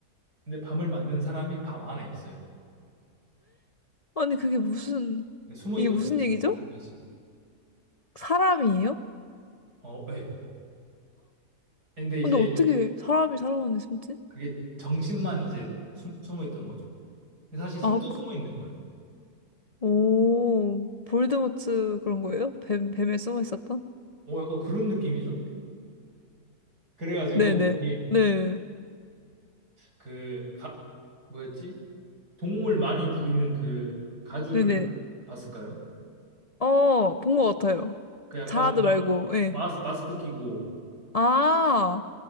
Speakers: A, on the right (about 80°); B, on the left (about 50°).
A: 근데 밤을 만든 사람이 밤 안에 있어요.
B: 아니, 그게 무슨,
A: 네, 숨어
B: 이게
A: 있던
B: 무슨
A: 거죠.
B: 얘기죠?
A: 그때까지.
B: 사람이에요?
A: 어, 예. 근데 이제
B: 근데 어떻게 사람이 사람 안에 숨지?
A: 그게 정신만 이제 숨, 숨어 있던 거죠. 근데 사실 힘도
B: 아,
A: 숨어
B: 그-
A: 있는 거예요.
B: 오, 볼드모트 그런 거예요? 뱀, 뱀에 숨어 있었던?
A: 어, 약간 그런 느낌이죠? 그래가지고
B: 네네.
A: 이게
B: 네.
A: 그 가, 뭐였지? 동물 많이 부리는 그 가주를
B: 네네.
A: 봤을까요?
B: 어, 본 것 같아요.
A: 그 약간
B: 자아드
A: 마,
B: 말고, 예.
A: 마스, 마스크 끼고
B: 아,